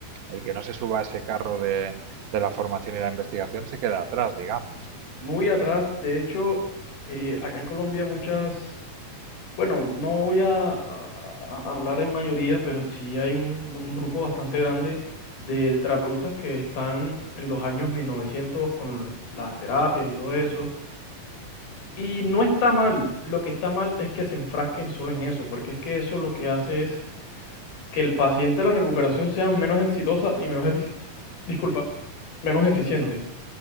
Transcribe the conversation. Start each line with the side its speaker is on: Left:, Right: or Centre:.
Right: el que no se suba a ese carro de, de la formación y la investigación se queda atrás, digamos.
Left: Muy atrás, de hecho, eh, acá en Colombia muchas, bueno, no voy a, a- a hablar en mayoría, pero sí hay un, un grupo bastante grande de terapeutas que están en los años 1900 con las terapias y todo eso. Y no está mal, lo que está mal es que se enfrasquen solo en eso, porque es que eso lo que hace es que el paciente, la recuperación sea menos exitosa y menos efici- disculpa, menos eficiente.
Right: Ujú,